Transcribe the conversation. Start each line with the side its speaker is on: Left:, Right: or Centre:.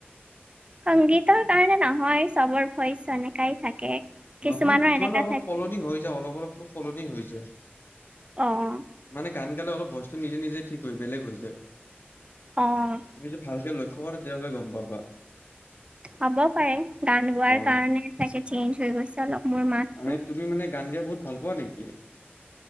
Right: সংগীতৰ কাৰণে নহয়, চবৰ ভইচ এনেকাই থাকে। কিছুমানৰ
Left: নহয় কিছুমানে
Right: এনেকা
Left: অলপ
Right: থাকে
Left: সলনি হৈ যায়, অলপ- অলপতো সলনি হৈ যায়।
Right: অ'হ
Left: মানে গান গালে অলপ ভইচটো নিজে-নিজে ঠিক হয়, বেলেগ হৈ যায়।
Right: অ'
Left: তুমি যদি ভালকে লক্ষ্য কৰা, তেতিয়া হ'লে গম পাবা।
Right: হ'ব পাৰে, গান গোৱাৰ
Left: অ'
Right: কাৰণে চাগে চেঞ্জ হৈ গৈছে অলপ। মোৰ মাতটো।
Left: মানে তুমি মানে গান গাই বহুত ভাল পোৱা নেকি?